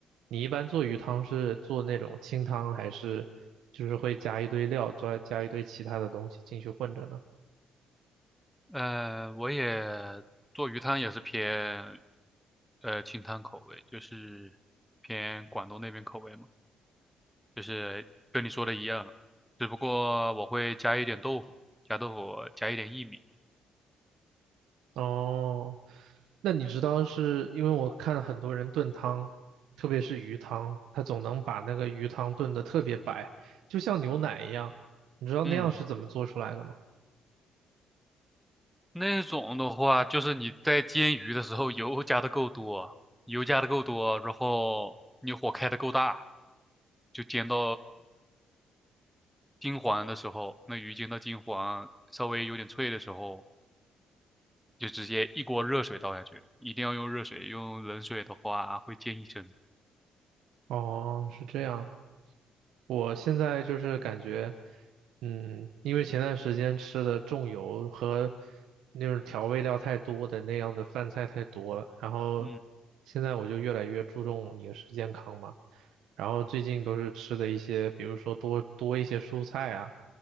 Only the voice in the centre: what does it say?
呃，我也做鱼汤也是偏呃清汤口味，就是偏广东那边口味嘛，就是跟你说的一样，只不过我会加一点豆腐，加豆腐，加一点薏米。
嗯，那种的话，就是你在煎鱼的时候油加的够多，油加的够多，然后你火开的够大，就煎到金黄的时候，那鱼煎到金黄，稍微有点脆的时候，就直接一锅热水倒下去，一定要用热水，用冷水的话会溅一身。
嗯，